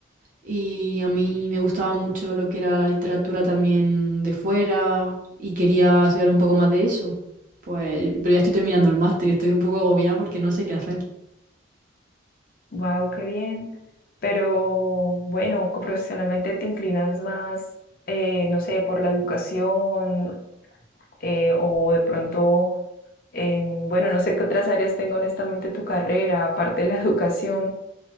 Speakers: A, on the right; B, on the left.
A: y a mí me gustaba mucho lo que era la literatura también de fuera, y quería estudiar un poco más de eso. Pues, pero ya estoy terminando el máster y estoy un poco agobiada porque no sé qué hacer.
B: Wow, qué bien. Pero bueno, co- profesionalmente te inclinas más, eh, no sé, por la educación eh, o de pronto, en- bueno, no sé qué otras áreas tenga honestamente tu carrera, aparte de la <laughs> educación.